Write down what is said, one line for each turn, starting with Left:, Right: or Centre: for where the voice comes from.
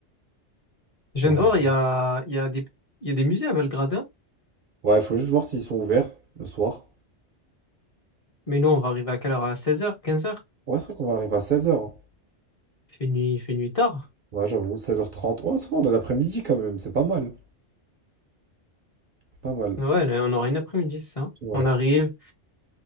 Left: je
Right: pour
Left: viens de
Right: rentrer.
Left: voir, il y a, il y a des, il y a des musées à Belgrade. hein.
Right: Ouais, il faut juste voir s'ils sont ouverts le soir.
Left: Mais nous, on va arriver à quelle heure? À seize heures quinze heures
Right: Ouais, c'est vrai qu'on va arriver à 16h.
Left: Il fait nuit, il fait nuit tard.
Right: Ouais, j'avoue, seize heures trente Ouais, ça va, on est l'après-midi quand même. C'est pas mal. Pas mal.
Left: Ouais, là, on aura une après-midi, c'est ça.
Right: Ouais,
Left: On arrive,